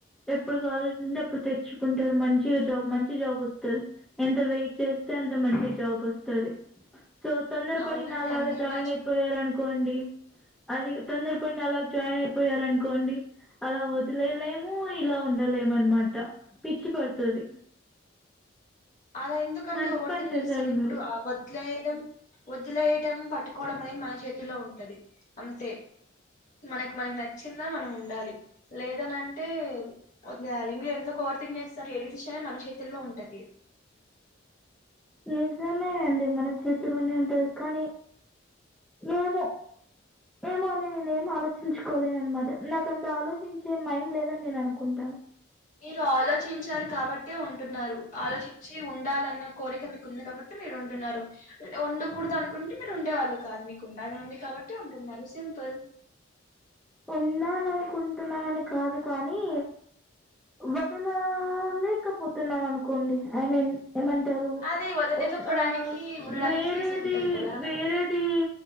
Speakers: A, in the centre; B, on the left (about 40°).
A: ఎప్పుడు కావాల్సి ఉంటే అప్పుడు తెచ్చుకుంటారు మంచిగా జాబ్ మంచి జాబ్ వస్తది ఎంత వెయిట్ చేస్తే అంత మంచి జాబ్ వస్తది తో తొందరపడి
B: అవునండి
A: నాలాగా
B: అందరు
A: జాయిన్
B: అలా
A: అయిపోయారు అనుకోండి అది తొందరపడి నాలాగ జాయిన్ అయిపోయారునుకోండి అలా వదిలేలేము ఇలా ఉండలేము అనమాట పిచ్చి పడుతది
B: అలా ఎందుకండి
A: మంచి
B: ఓవర్
A: పని
B: థింక్
A: చేశారు
B: చేస్తారు ఇప్పుడు
A: మీరు
B: ఆ వద్లే వదిలేయడం పట్టుకోవడం అనేది మన చేతుల్లో ఉంటది అంతే మనకి మనకి నచ్చిందా మనం ఉండాలి లేదని అంటే వదిలేయాలి మీరు ఎందుకో ఓవర్ థింక్ చేస్తారు ఏ డెసిషన్ మన చేతుల్లో ఉంటది
A: నిజమే అండి మన చేతిలోనే ఉంటది కానీ ఏమో? ఏమో అని నేనేం ఆలోచించుకోలేనన్మాట నాకంత ఆలోచించే మైండ్ లేదని నేను అనుకుంటాను.
B: మీరు ఆలోచించారు కాబట్టే ఉంటున్నారు ఆలోచిచ్చి ఉండాలన్నె కోరిక మీకు ఉంది కాబట్టి మీరు ఉంటున్నారు ఉండకూడదు అనుకుంటే మీరు ఉండేవాళ్ళు కాదు మీకు ఉండాలని ఉంది కాబట్ కాబట్టి ఉంటున్నారు సింపుల్
A: ఉండాలనుకుంటున్నానని కాదు కానీ వదలలేకపోతున్నాను అనుకోండి ఐ మీన్ ఏమంటారు
B: అదే వదలకపోవడానికి
A: ఉన్ ఆ
B: ఉండడానికి
A: వేరేది
B: రీజన్ ఉంటది కదా
A: వేరేది